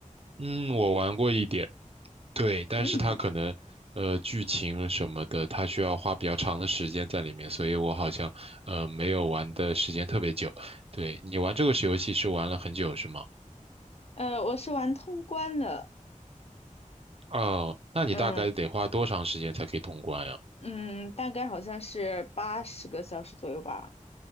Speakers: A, on the right; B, on the left.
A: 嗯，我玩过一点，对，但是它可能，
B: 嗯，
A: 呃，剧情什么的，它需要花比较长的时间在里面，所以我好像，呃，没有玩的时间特别久。对，你玩这个游戏是玩了很久是吗？
B: 呃，我是玩通关的，
A: 哦，那你大概得花多长时间才可以通关呀？
B: 嗯嗯，大概好像是八十个小时左右吧，